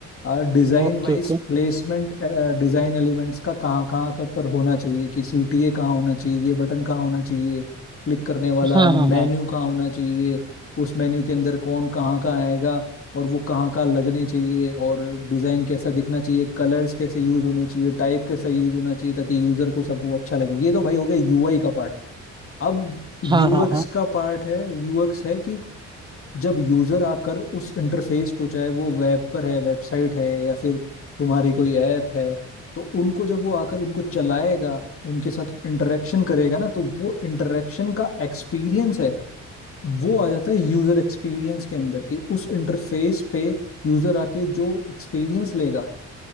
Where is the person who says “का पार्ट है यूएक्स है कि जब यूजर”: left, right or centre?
Left